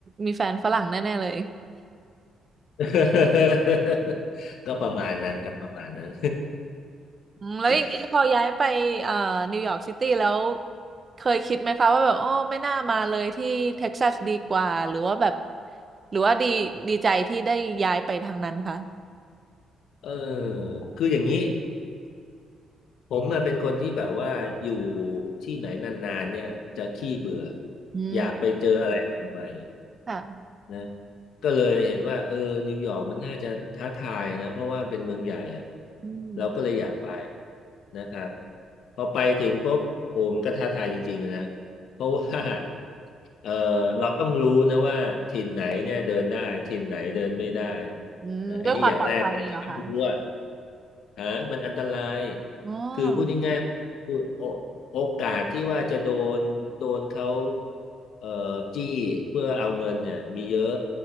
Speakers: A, on the right; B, on the left.
A: มีแฟนฝรั่งแน่ๆเลย
B: <laughs> ก็ประมาณนั้นครับประมาณนั้น
A: อืมแล้วอย่างนี้พอย้ายไปเอ่อนิวยอร์กซิตี้แล้ว
B: <laughs>
A: เคยคิดไหมคะว่าแบบอ๋อไม่น่ามาเลยที่เท็กซัสดีกว่าหรือว่าแบบหรือว่าดีดีใจที่ได้ย้ายไปทางนั้นคะ
B: เออคืออย่างนี้ผมอะเป็นคนที่แบบว่าอยู่ที่ไหนนานๆเนี่ยจะขี้เบื่อ
A: อืม
B: อยากไปเจออะไรใหม่
A: ค่ะ
B: นะก็เลยเห็นว่าเออนิวยอร์กมันน่าจะท้าทายนะเพราะว่ามันเป็นเมืองใหญ่อ่ะ
A: อืม
B: เราก็เลยอยากไปนะครับพอไปถึงปุ๊บโอ้มันก็ท้าทายจริงๆนะเพราะว่า <laughs> เออเราต้องรู้นะว่าถิ่นไหนเนี่ยเดินได้ถิ่นไหนเดินไม่ได้
A: อืมด้วยความปลอดภัยเหรอคะ
B: นะอันนี้อย่างแรกเลยที่ต้องรู้อ่าฮะมันอันตราย
A: อ๋อ
B: คือพูดง่ายๆพูดโอโอกาสที่ว่าจะโดนโดนเขาเอ่อจี้เพื่อเอาเงินเนี่ยมีเยอะ